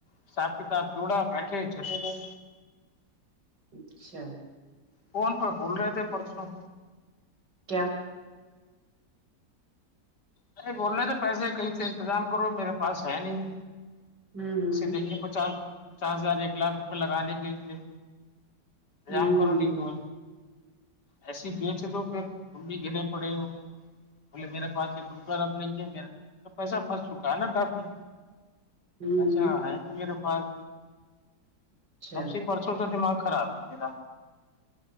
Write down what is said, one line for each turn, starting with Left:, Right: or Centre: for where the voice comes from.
Left: حساب کتاب جوڑا بیٹھے چلے گئے
Right: اچھا
Left: فون پہ بول رہے تھے پرسوں
Right: کیا
Left: نہیں بول رہے تھ پیسے کہیں سے انتظام کرو میرے پاس ہے نہیں
Right: ہوں ہوں
Left: دیں گے پچاس پچاس ہزار ایک لاکھ روپے لگانے کے لیے انتظام
Right: ہوں
Left: کرو نہیں تو و ایسی بیچ دو پھر تم بھی گرے پڑے ہو بولے میرے پاس پر اب نہیں ہے میرا پیسہ پھنس چکا ہے نا کافی
Right: ہوں
Left: اچھا
Right: ہ ہ
Left: ہے ج میرے پاس
Right: اچھا
Left: سب سے پرسوں سے دماغ خراب ہے میرا